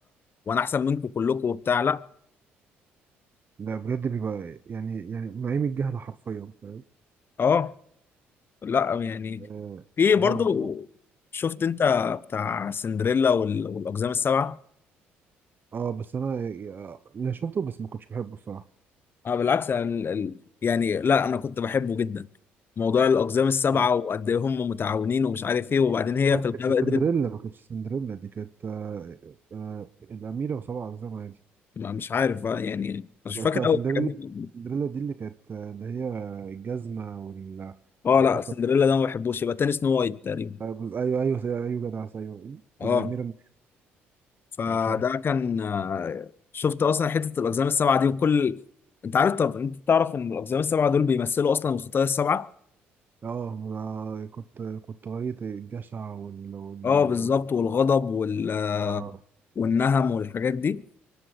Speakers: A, on the left (about 45°); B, on the right (about 40°).
A: وانا احسن منكم كلكم وبتاع لا
B: ده بجد بيبقى يعني يعني نعيم الجهل حرفيا فاهم
A: اه لا يعني
B: آه
A: في برضو
B: برضه
A: شفت انت بتاع سندريلا وال... والاقزام السبعة
B: اه بس انا انا شفته بس ما كنتش بحبه الصراحه
A: اه بالعكس أنا ال... ال... يعني لا انا كنت بحبه جدا موضوع الاقزام السبعه
B: جامد.
A: وقد ايه هم متعاونين ومش عارف ايه وبعدين هي
B: لا
A: في
B: ما
A: الغابه
B: كانتش سندريلا
A: قدرت
B: ما كانتش سندريلا دي كانت آه آه الاميره وسبع اقزام عادي
A: ما- مش عارف آه، يعني مش
B: بس
A: فاكر
B: لا
A: قوي
B: سندريلا
A: الحاجات دي
B: سندريلا دي اللي كانت آه، اللي هي الجزمه وال
A: اه
B: والحفله
A: لا سندريلا ده ما بحبوش يبقى تاني سنو وايت تقريبا
B: آه، بس- ايوه ايوه ايوه جدع ايوه
A: اه
B: الاميره من-
A: فده
B: انا مش عارف
A: كان آه، شفت اصلا حته الاقزام السبعه دي وكل انت عارف طب انت تعرف ان الاقزام السبعه دول بيمثلوا اصلا الخطايا السبعه
B: اه ما كنت كنت قريت الجشع وال وال
A: اه بالظبط
B: وال-
A: والغضب وال... آه،
B: اه
A: والنهم والحاجات دي